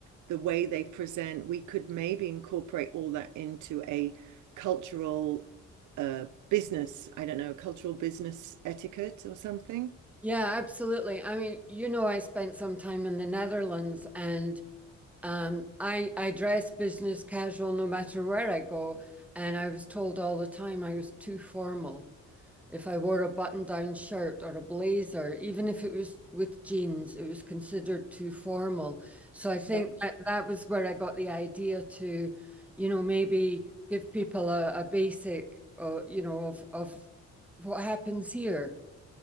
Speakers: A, on the right; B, in the centre.
A: the way they present, we could maybe incorporate all that into a cultural uh, business, I don't know, cultural business etiquette or something.
B: Yeah, absolutely. I mean, you know, I spent some time in the Netherlands and Um, I I dress business casual no matter where I go, and I was told all the time I was too formal. If I wore a button-down shirt or a blazer, even if it was with jeans, it was considered too formal. So I think
A: Yeah,
B: that that was where I got the idea to, you know, maybe give people a, a basic, uh, you know, of of what happens here.